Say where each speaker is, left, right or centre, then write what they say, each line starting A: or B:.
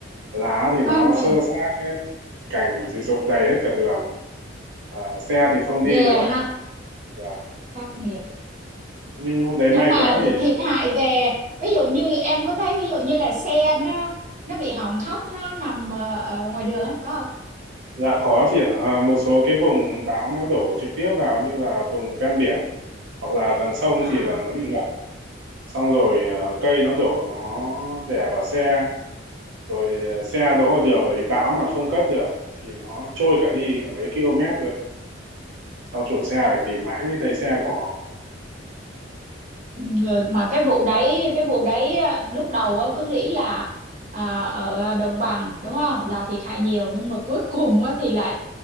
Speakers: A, on the right; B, on the right.
A: lá thì nó
B: hoang
A: xơ
B: tàn.
A: xác hết cành thì rụng đầy hết cả đường Ờ, xe thì không đi
B: Yeah
A: được
B: ha,
A: Và-
B: khắc nghiệt.
A: nhưng hôm đấy
B: Nhưng
A: may
B: mà
A: quá thì
B: thì thiệt hại về, ví dụ như em có thấy ví dụ như là xe nó nó bị hỏng hóc nó nằm ờ, ở ngoài đường ấy, có không?
A: Dạ có chị ạ. À, một số cái vùng bão nó đổ trực tiếp vào như là vùng ven biển hoặc là gần sông
B: À,
A: thì là nó bị ngập. Xong rồi ờ, cây nó đổ nó đè vào xe, rồi ờ, xe đỗ ở đường bởi vì bão mà không cất được thì nó trôi cả đi cả mấy km cơ. Sau chủ xe phải tìm mãi mới thấy xe của họ.
B: ừ, mà cái vụ đấy, cái vụ đấy ờ, lúc đầu ờ, cứ nghĩ là ờ, ở ờ, đồng bằng đúng không là thiệt hại nhiều nhưng mà cuối cùng á thì lại